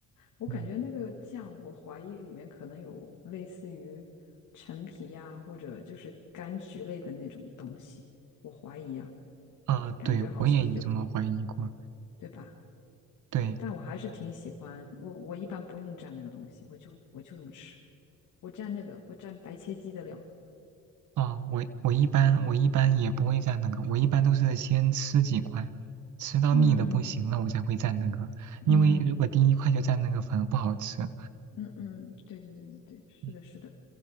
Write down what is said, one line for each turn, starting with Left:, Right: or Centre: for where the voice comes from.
Left: 我感觉那个酱，
Right: 嗯
Left: 我怀疑里面可能有类似于陈皮呀、或者就是柑橘类的那种东西，我怀疑啊，
Right: 啊，
Left: 感觉好像有，
Right: 对我也有这么怀疑过。
Left: 对吧？
Right: 对，
Left: 对，但我还是挺喜欢，我我一般不用蘸那个东西，我就我就这么吃，我蘸那个，我蘸白切鸡的料。
Right: 啊，我我一般我一般也不会蘸那个，我一般都是先吃几块，吃到腻的不行了，
Left: 嗯
Right: 我才会蘸那个。因为如果第一块就蘸那个，
Left: 嗯。
Right: 反而不好吃。
Left: 嗯嗯，对对对对对，是的，
Right: 嗯，
Left: 是的，